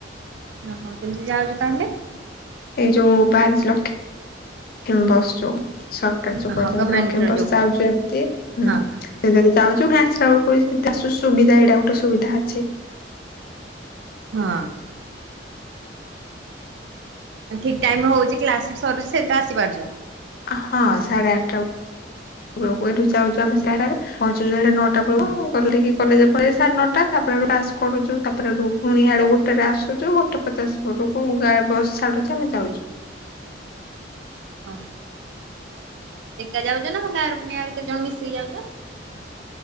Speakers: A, on the right; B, on the left.
A: ଓହୋ, କେମିତି ଯାଉଚ ତୋମେ?
B: ଏଇ ଯୋଉ ବାହାରିଛି ଲକ୍ଷ୍ମୀ ବସ୍‌ ଯୋଉ। ସକାଳୁ ଯୋଉ
A: ଓହୋ
B: ବସ୍ ଯାଉଚୁ
A: ଗମେଣ୍ଟର
B: ଲକ୍ଷ୍ମୀ ବସ୍
A: ଯୋଉ
B: ଯାଉଚୁ ବାକି।
A: ହଁ
B: ସେଇଟାରେ ଯାଉଛୁ, ଫେର୍ ଆସିଲା ବେଳକୁ ଏଇ ସେମତି ଆସୁ ସୁବିଧା ଏଇଟା ଗୋଟେ ସୁବିଧା ଅଛି।
A: ହଁ। ଠିକ୍ ଟାଇମ୍ ହେଉଛି କ୍ଲାସ୍ ବି ସରୁଛି ସେଥିରେ ଆସିପାରୁଛ।
B: ହଁ ସାଢେ ଆଠଟା ବେଳକୁ ଏଠୁ ଯାଉଛୁ ଆମେ ପହଞ୍ଚଛୁ ନଅଟା। ତାପରେ
A: ହୁଁ
B: <unintelligible> ହେଲେ କିି କଲେଜ ପରେ ସାଢ଼େ ନଅଟା ତାପରେ ହେଟୁ କରୁଛୁ ତାପରେ ହେଠୁ ଫୁଣି ହିଆଡୁ ଗୋଟରେ ଆସୁଛୁ ଗୋଟେ ପଚାଶ ପଟକୁ ଗା ବସ୍ ଛାଡୁଛି ଆମେ ଯାଉଛୁ।
A: ହ ଏକା ଯାଉଛ ନା ତମ ଗାଁ ର ପୁଣି ଆହୁରି କେତେ ଜଣ ମିଶିକି ଯାଉଛ?